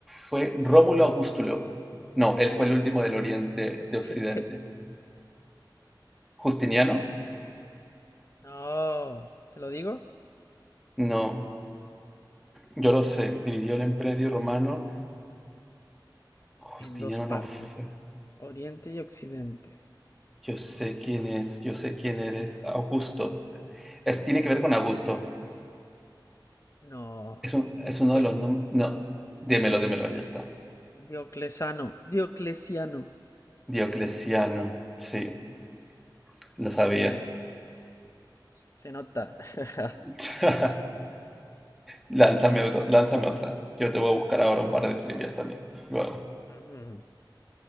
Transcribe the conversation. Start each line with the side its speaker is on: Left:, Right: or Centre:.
Centre: fue Rómulo Augustulo. No, él fue el último del Oriente,
Left: <laughs>
Centre: de Occidente. ¿Justiniano?
Left: No, ¿te lo digo?
Centre: No, yo lo sé. Dividió el imperio romano.
Left: En
Centre: Justiniano
Left: dos partes,
Centre: no fue.
Left: Oriente y Occidente.
Centre: Yo sé quién es, yo sé quién eres. Augusto. Es, tiene que ver con Augusto.
Left: No,
Centre: Es, un, es uno
Left: pues
Centre: de los... nom- No, démelo, démelo, ya está.
Left: Dioclesano, Dioclesiano.
Centre: Diocleciano. Sí,
Left: Sí,
Centre: lo sabía.
Left: se nota. <laughs>
Centre: <laughs> Lánzame, otro- lánzame otra. Yo te voy a buscar ahora un par de trivias también. Luego.
Left: Mm,